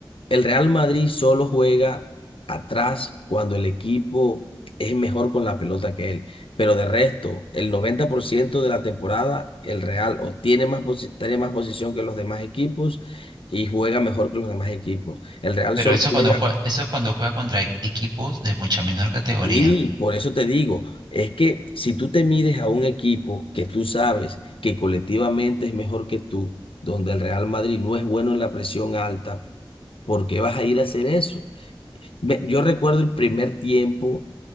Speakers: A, on the left; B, on the right.
A: el Real Madrid solo juega atrás cuando el equipo es mejor con la pelota que él, pero de resto, el 90% de la temporada el Real o tiene más posi- tiene más posición que los demás equipos y juega mejor que los demás equipos. El Real
B: Pero
A: solo
B: eso
A: juega
B: es cuando juega, eso es cuando juega contra e- equipos de mucha menor categoría.
A: Sí, por eso te digo, es que si tú te mides a un equipo que tú sabes que colectivamente es mejor que tú, donde el Real Madrid no es bueno en la presión alta, ¿por qué vas a ir a hacer eso? Ve, Yo recuerdo el primer tiempo